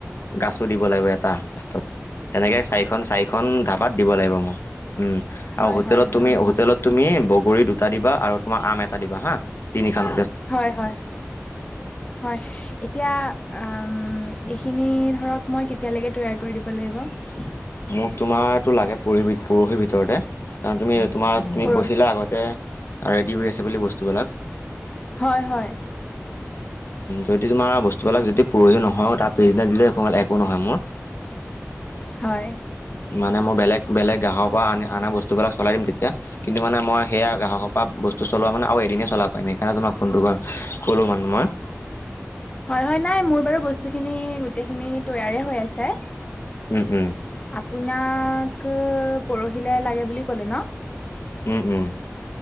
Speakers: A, on the left; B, on the left.
A: গাছো দিব লাগিব এটা লাষ্টোত, সেনেকে চাৰিখন চাৰিখন ধাবাত দিব লাগিব মোক উম,
B: হয়
A: হোতেলত
B: হয়
A: তুমি
B: হয়
A: হোতেলত তুমি বগৰী দুটা দিবা আৰু তোমাৰ আম এটা দিবা হা, তিনি খন
B: হয়-হয়-হয় এতি এতিয়া আ এইখিনি ধৰক মই কেতিয়ালৈকে তৈয়াৰ কৰি দিব লাগিব?
A: মোক তোমাৰটো লাগে পৰহি পৰহিৰ ভিতৰতে। কাৰণ তুমি তোমাৰ তুমি
B: পৰ
A: কৈছিলা আগতে ৰেডি হৈ আছে বুলি বস্তুবিলাক।
B: হয় হয়।
A: যদি তোমাৰ বস্তুবিলাক যদি পৰহি নহয়ও তাৰ পিছদিনা দিলেও একোমান একো নহয় মোৰ।
B: হয়।
A: মানে মই বেলেগ বেলেগ গাহৰ পৰা আ অনা বস্তু বিলাক চলাই দিম তেতিয়া কিন্তু মানে মই সেয়া গাহকৰ পৰা বস্তু চলোৱা মান আৰু এদিনে চলাব পাৰিম <unintelligible> ফোনটো কৰা ক'লোঁ মানে মই।
B: হয় হয় নাই মোৰ বাৰু বস্তুখিনি গোটেইখিনি তৈয়াৰ হৈ আছে।
A: উম উম।
B: আপোনাক পৰহিলৈ লাগে বুলি ক'লে ন?
A: উম উম।